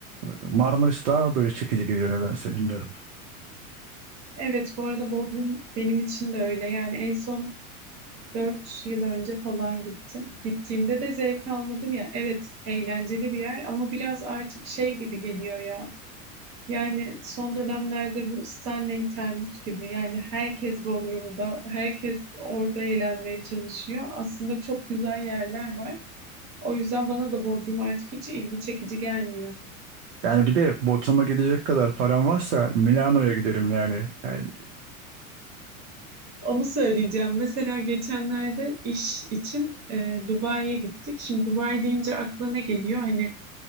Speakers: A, on the right; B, on the right.
A: Marmaris daha böyle çekici geliyor nedense bilmiyorum.
B: Evet, bu arada Bodrum benim için de öyle. Yani en son Dört yıl önce falan gittim. Gittiğimde de zevk almadım ya. Evet, eğlenceli bir yer ama biraz artık şey gibi geliyor ya. Yani son dönemlerde bu Stanley Termus gibi yani herkes Bodrum'da, herkes orada eğlenmeye çalışıyor. Aslında çok güzel yerler var. O yüzden bana da Bodrum artık hiç ilgi çekici gelmiyor.
A: Yani bir de Bodrum'a gidecek kadar param varsa Milano'ya giderim yani. Yani
B: Onu söyleyeceğim. Mesela geçenlerde iş için e, Dubai'ye gittik. Şimdi Dubai deyince aklına ne geliyor? Hani